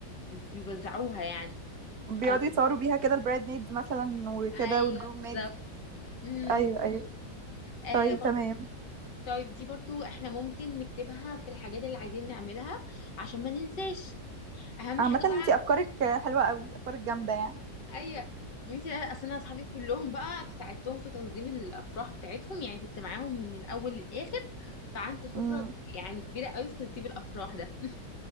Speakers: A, on the left; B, on the right.
A: وبيوزعوها يعني
B: بيقعدوا
A: على كل
B: يتصوروا بيها كده البرايد ميدز مثلا وكده
A: ايوه
B: والجروب
A: بالظبط
B: ميدز
A: امم
B: ايوه ايوه
A: آه
B: طيب
A: برضو
B: تمام
A: طيب دي برضو احنا ممكن نكتبها في الحاجات اللي عايزين نعملها عشان ما ننساش اهم
B: عامه
A: حاجة
B: انت
A: بقى
B: افكارك حلوه قوي افكارك جامده يعني
A: ايوه ميسي لا لا، اصل انا اصحابي كلهم بقى ساعدتهم في تنظيم الافراح بتاعتهم يعني كنت معاهم من الاول للاخر فعندي خبرة
B: امم
A: يعني كبيرة قوي في ترتيب الافراح ده